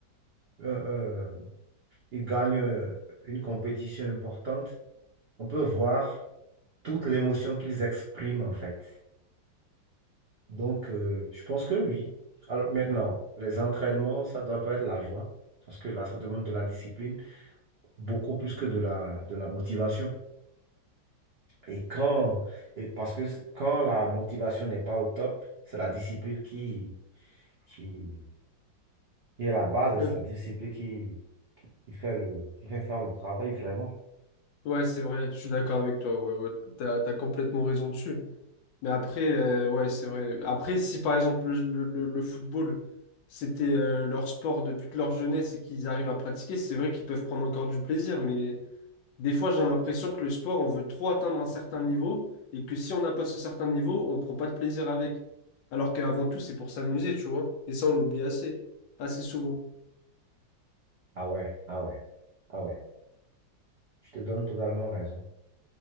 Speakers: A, on the right (about 80°); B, on the left (about 80°).
A: euh, euh, ils gagnent euh, une compétition importante, on peut voir toute l'émotion qu'ils expriment en fait. Donc, euh, je pense que oui. Alors, maintenant, les entraînements, ça doit pas être la joie, parce que là, ça demande de la discipline, beaucoup plus que de la, de la motivation. Et quand, et parce que quand la motivation n'est pas au top, c'est la discipline qui, qui, qui est la base, hein,
B: Non.
A: c'est la discipline qui, qui fait le, qui fait faire le travail vraiment.
B: Ouais, c'est vrai, je suis d'accord avec toi. Ouais, ouais, t'as, t'as complètement raison dessus. Mais après, euh, ouais, c'est vrai. Après, si par exemple le, le- le- le football, c'était euh, leur sport de toute leur jeunesse et qu'ils arrivent à pratiquer, c'est vrai qu'ils peuvent prendre encore du plaisir, mais Des fois, j'ai l'impression que le sport, on veut trop atteindre un certain niveau et que si on n'a pas ce certain niveau, on prend pas de plaisir avec. Alors qu'avant tout, c'est pour s'amuser, tu vois. Et ça, on l'oublie assez, assez souvent.
A: Ah ouais, ah ouais, ah ouais. Je te donne totalement raison.